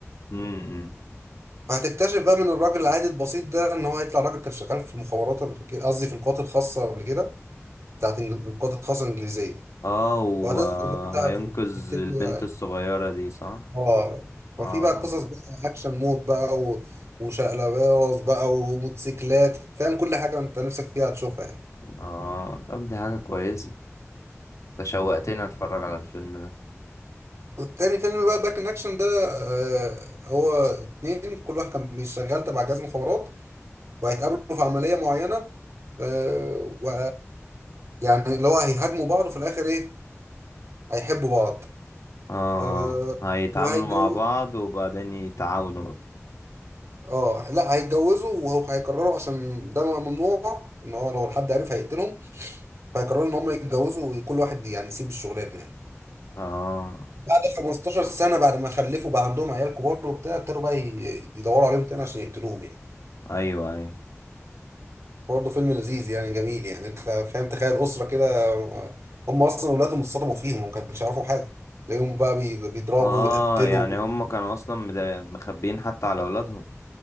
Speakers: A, on the left (about 80°); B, on the right (about 65°).
A: امم
B: فهتكتشف بقى من الراجل العادي البسيط ده ان هو هيطلع راجل كان شغال في المخابرات قبل كده قصدي في القوات الخاصه قبل كده بتاعت إنج- القوات الخاصه الانجليزيه
A: اه وهينقذ
B: وهتبتدي بقى تبتدي
A: البنت
B: بقى-
A: الصغيرة دي صح
B: اه ففي
A: اه اه
B: بقى قصص بقى اكشن مود بقى و... وشقلباز بقى وموتوسيكلات فاهم كل حاجه انت نفسك فيها هتشوفها يعني
A: آه، طب دي حاجة كويسة تشوقتني اتفرج على الفيلم ده
B: والتاني فيلم بقى باك ان اكشن ده آه هو اتنين كل واحد كان بيشتغل تبع جهاز مخابرات وهيتقابلوا في عمليه معينه آه، و يعني اللي هو هيهاجموا بعض وفي الاخر ايه هيحبوا بعض
A: اه
B: أه
A: آه. هيتعاملوا
B: وهيتجوز
A: مع بعض وبعدين يتعاونوا بقى
B: اه لا هيتجوزوا وهيقرروا عشان ده م- ممنوع ان هو لو حد عرف هيقتلهم فهيقرروا ان هم يتجوزوا وكل واحد يعني يسيب الشغلانه يعني
A: اه
B: بعد 15 سنه بعد ما خلفوا بقى عندهم عيال كبار وبتاع ابتدوا بقى ي- يدوروا عليهم تاني عشان يقتلوهم يعني
A: ايوه ايوه
B: برضه فيلم لذيذ يعني جميل يعني انت فاهم تخيل اسره كده آه، هم اصلا اولادهم اتصدموا فيهم وما كانش يعرفوا حاجه تلاقيهم بقى بي- بيضربوا
A: اه
B: ويقتلوا
A: يعني هم كانوا اصلا مدا- مخبيين حتى على اولادهم